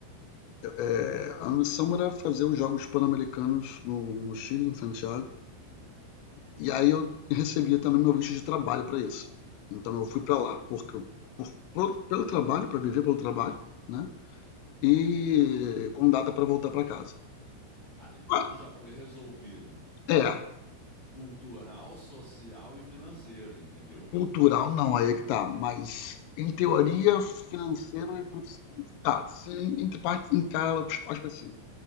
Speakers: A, on the left (about 80°); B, on the left (about 15°).
A: é, a missão era fazer os Jogos Pan-Americanos no, no Chile, em Santiago. E aí eu recebia também meu visto de trabalho para isso. Então eu fui para lá porque eu- por, por- pelo trabalho, para viver pelo trabalho, né? E com data para voltar para casa.
B: Ah, então
A: Ah,
B: tu já foi resolvido
A: É,
B: cultural, social e financeiro, entendeu?
A: Cultural não, aí é que tá, mas em teoria, financeiro e profissional. Tá, se em- entre partes encala, acho que assim.